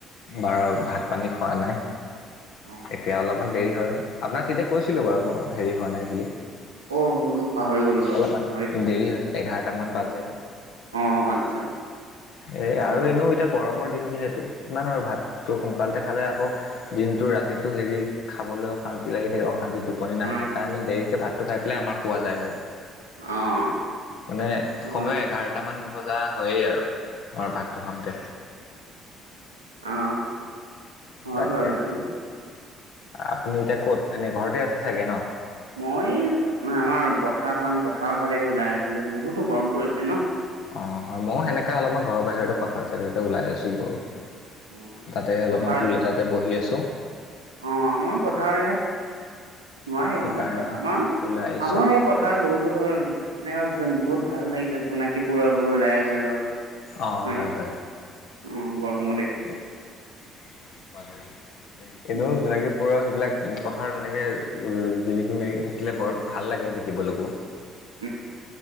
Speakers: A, on the left; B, on the right.
A: বাৰু ভাত পানী খোৱা নাই।
B: অ'
A: তেতিয়া অলপমান দেৰি হয় আপোনাক তেতিয়া কৈছিলো বাৰু মই হেৰি হোৱা নাই বুলি।
B: অ অ পাহৰি গ'লো বাৰু
A: অলপমান
B: চৰি
A: দেৰি হয়। এঘাৰটামান বাজে।
B: অ' আচ্ছা।
A: এ আৰু
B: অ
A: এনেও এতিয়া গৰমৰ দিন যিহেতু কিমান আৰু ভাতটো সোনকালতে খালে আকৌ দিনটো ৰাতিটো হেৰি খাবলৈ অশান্তি লাগি থাকে অশান্তিটো টোপনি নাহে
B: অ',
A: সেইকাৰণে দেৰিকে ভাত খাই পেলাই আমাৰ শুৱা যায় আৰু
B: অ',
A: মানে
B: হয়,
A: কমেও এঘাৰটামান বজা হয়েই আৰু আমাৰ ভাতটো খাওঁতে
B: অ' হয়
A: তাকে।
B: বাৰু সেইটো।
A: আপুনি এতিয়া ক'ত এনেই ঘৰতে আছে চাগে ন।
B: মই এই আমাৰ পথাৰখন পথাৰৰ ফালে ওলাই আহিছিলো বহুতো গৰম পৰিছে ন।
A: অ' হয়। ময়ো সেনেকে অলপমান ঘৰৰ বাহিৰতে পথাৰ চাইডতে ওলাই আহিছিলো বাৰু।
B: অ
A: তাতে অলপমান
B: পথাৰত
A: পুল এটাতে বহি আছো।
B: অ আমাৰো পথাৰ এয়া নোৱাৰি
A: সেইকাৰণে
B: অ আমাৰো
A: ওলাই আহিছোঁ
B: আমাৰ এই পথাৰত বহুতো ধৰ এনেকুৱা বহুত ভাল লাগিছে। জোনাকী পৰুৱা বোৰ ওলাই আছে ধৰ
A: অ'
B: হয়নে?
A: হয়, হয়।
B: অ' গৰমো
A: কিন্তু
B: উম,
A: জোনাকী পৰুৱা সেইবিলাক পথাৰত এনেকৈ জিলিকি মৰিকি থাকিলে বৰ ভাল লাগে দেখিবলৈকো।
B: উম,